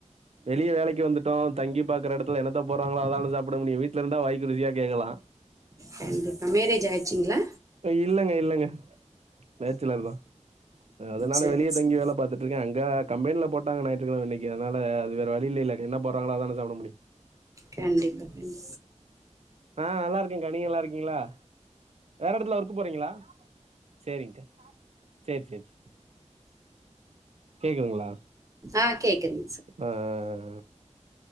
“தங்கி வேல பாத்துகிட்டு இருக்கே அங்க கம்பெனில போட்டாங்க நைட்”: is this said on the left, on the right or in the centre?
Right